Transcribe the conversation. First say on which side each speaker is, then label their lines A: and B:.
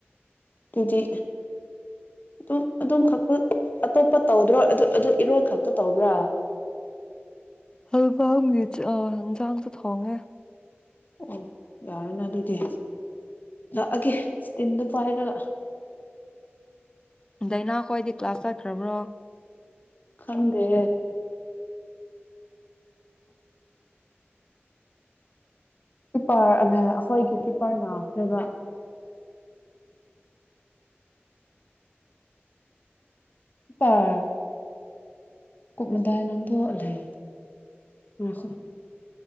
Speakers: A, on the left (about 45°); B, on the left (about 20°).
A: ꯑꯗꯨꯗꯤ ꯑꯗꯨꯝ ꯑꯗꯨꯝ ꯈꯛꯇ ꯑꯇꯣꯞꯄ ꯇꯧꯗ꯭ꯔꯣ ꯑꯗꯨ ꯑꯗꯨ ꯏꯔꯣꯟ ꯈꯛꯇ ꯇꯧꯕ꯭ꯔꯥ
B: ꯍꯜꯕ ꯃꯤꯆ ꯑ ꯏꯟꯖꯥꯡꯁꯨ ꯊꯣꯡꯉꯦ
A: ꯑꯣ ꯌꯥꯔꯦꯅꯦ ꯑꯗꯨꯗꯤ ꯂꯥꯛꯑꯒꯦ ꯇꯤꯟꯗꯣ ꯄꯥꯏꯔꯒ
B: ꯗꯥꯏꯅꯥꯈꯣꯏꯗꯤ ꯀ꯭ꯂꯥꯁ ꯆꯠꯈ꯭ꯔꯕ꯭ꯔꯣ
A: ꯈꯪꯗ ꯀ꯭ꯄꯔ ꯑ ꯑꯩꯈꯣꯏꯒꯤ ꯀ꯭ꯔꯤꯄꯔ ꯅꯥꯎꯕ ꯑ ꯀꯨꯞꯃꯗꯥ ꯅꯪꯗ ꯂꯩ ꯑꯣꯏ